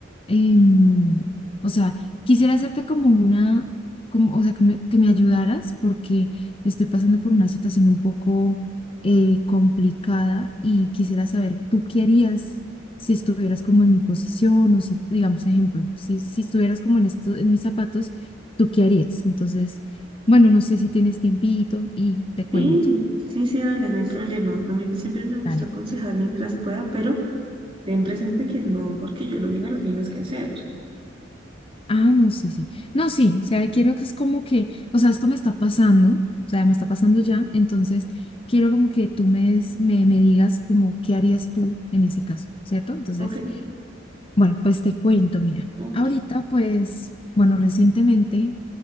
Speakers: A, on the left (about 30°); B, on the right (about 30°).
A: em, o sea, quisiera hacerte como una, como, o sea, que me, que me ayudaras porque estoy pasando por una situación un poco eh, complicada y quisiera saber, ¿tú qué harías? si estuvieras como en mi posición o si, digamos, ejemplo, si, si estuvieras como en esto, en mis zapatos, ¿tú qué harías? Entonces, bueno, no sé si tienes tiempito y te cuento.
B: sí, sí, dale, no hay problema. A mí siempre me gusta
A: Dale.
B: aconsejar mientras pueda, pero ten presente que no porque yo lo diga lo tienes que hacer.
A: Ah, no, sí, sí. No, sí, o sea, quiero que es como que, o sea, esto me está pasando, o sea, me está pasando ya, entonces quiero como que tú me, des- me, me digas como qué harías tú en ese caso, ¿cierto? Entonces,
B: Ok,
A: bueno, pues te cuento, mira,
B: ok,
A: ahorita pues, bueno, recientemente